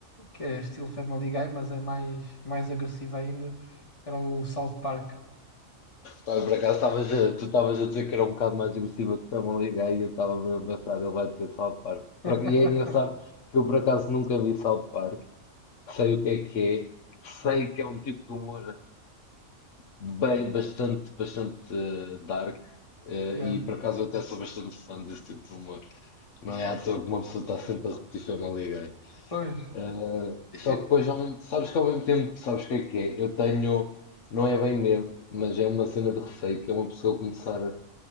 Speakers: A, on the left; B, on the left.
A: que é estilo Family Guy, mas é mais, mais agressiva ainda, que era o South Park.
B: Pá, por acaso estavas a- tu estavas a dizer que era um bocado mais agressiva que Family Guy e eu estava mesmo a pensar, ele vai dizer South Park.
A: <laughs>
B: Por ac- E é engraçado que eu por acaso nunca vi South Park. Sei o que é que é. Sei que é um tipo de humor Bem, bastante, bastante eh, dark. eh,
A: Yeah.
B: e por acaso eu até sou bastante fã desse tipo de humor. Não é à toa que uma pessoa está sempre a repetir Family Guy.
A: Pois.
B: Eh,
A: E-
B: só
A: e-
B: que depois, ao mesmo- sabes que ao mesmo tempo, sabes o que é que é? Eu tenho, não é bem medo, mas é uma cena de receio que é uma pessoa começar